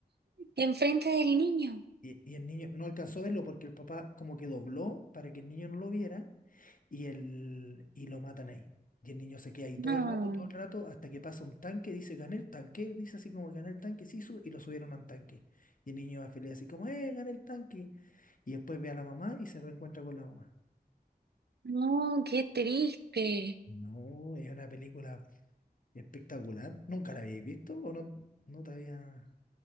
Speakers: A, on the right (about 75°); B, on the left (about 55°).
A: Enfrente del niño.
B: Y, y el niño no alcanzó a verlo porque el papá como que dobló para que el niño no lo viera y, el, y lo matan ahí. Y el niño se queda ahí
A: No,
B: todo el rato, todo el rato, hasta que pasa un tanque, dice, gané el tanque, él dice así como gané el tanque, sí, su- y lo subieron a un tanque. Y el niño va feliz así como, eh, gané el tanque. Y después ve a la mamá y se reencuentra con la mamá.
A: no, qué triste.
B: No, es una película espectacular. ¿Nunca la habéis visto o no, no te había...